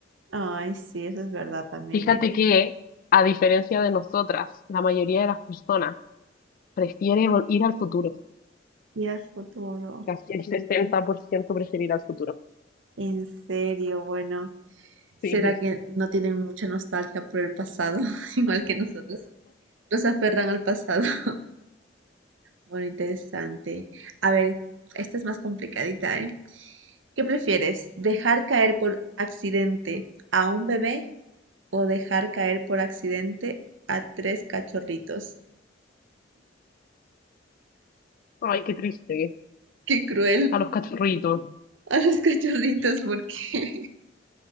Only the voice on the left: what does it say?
Fíjate
que, a diferencia de nosotras, la mayoría de las personas prefiere vol- ir al futuro.
Casi el 60% prefiere ir al futuro.
Sí.
Ay, qué triste.
A los cachorritos.